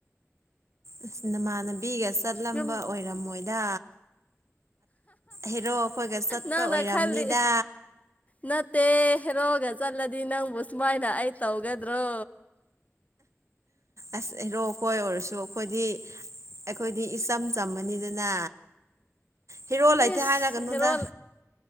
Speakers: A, on the right; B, on the left.
A: ꯑꯁ ꯅꯃꯥꯟꯅꯕꯤꯒ ꯆꯠꯂꯝꯕ
B: ꯌꯨꯝ
A: ꯑꯣꯏꯔꯝꯃꯣꯏꯗ꯫ ꯍꯦꯔꯣ ꯑꯩꯈꯣꯏꯒ ꯆꯠꯄ
B: ꯅꯪꯅ
A: ꯑꯣꯏꯔꯝꯅꯤꯗ꯫
B: ꯈꯜꯂꯤ ꯅꯠꯇꯦ ꯍꯦꯔꯣꯒ ꯆꯠꯂꯗꯤ ꯅꯪꯕꯨ ꯁꯨꯃꯥꯏꯅ ꯑꯩ ꯇꯧꯒꯗ꯭ꯔꯣ꯫
A: ꯑꯁ ꯍꯦꯔꯣ ꯀꯣꯏ ꯑꯣꯏꯔꯁꯨ ꯑꯩꯈꯣꯏꯗꯤ꯫ ꯑꯩꯈꯣꯏꯗꯤ ꯏꯆꯝ ꯆꯝꯃꯅꯤꯗꯅ ꯍꯤꯔꯣ ꯂꯩꯇꯦ
B: ꯏꯁ
A: ꯍꯥꯏꯔꯒꯅꯨꯗ꯫
B: ꯍꯦꯔꯣ